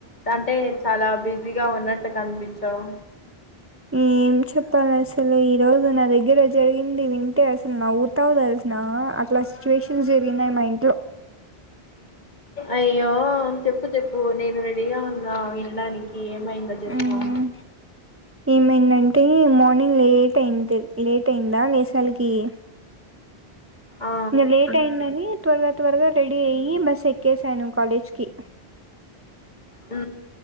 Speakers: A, on the left; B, on the right.
A: అంటే చాలా బిజీగా ఉన్నట్టు కనిపించవు
B: <inaudible> ఏం చెప్పాలి అసలు ఈ రోజు నా దగ్గర జరిగింది వింటే అసలు నవ్వుతావు తెలుసునా లక్ష సిచ్యువేషన్స్ జరిగినాయి మా ఇంట్లో
A: అయ్యో చెప్పు చెప్పు నేను రెడీగా ఉన్నా వినడానికి ఏమైందో చెప్పుాం
B: ఉమ్ ఏమైందంటే మార్నింగ్ లేట్ అయింది లేట్ అయిందా లేస వాలకి ఇ
A: ఆ
B: గలేేట్ అయింది ని త్వరగా త్వరగా రెడీ అయ్యి బస్ ఎక్కేశాను కాలేజ్ కి
A: ఉ